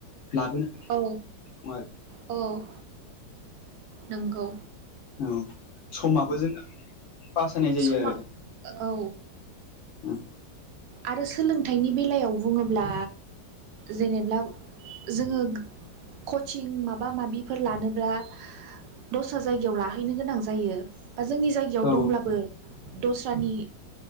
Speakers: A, on the left; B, on the right.
A: लाबोनो हानाय
B: औ
A: नङा
B: औ नोंगौ।
A: औ समाबो जों <inaudible> बासायनाय जायो
B: समा
A: आरो।
B: औ
A: उम
B: आरो सोलोंथाइनि बेलायाव बुङोब्ला जेनेब्ला जोङो कचिं माबा माबिफोर लानोब्ला दस्रा जायगायाव लाहैनो गोनां जायो। बा जोंनि जायगायाव
A: औ
B: दंब्लाबो दस्रानि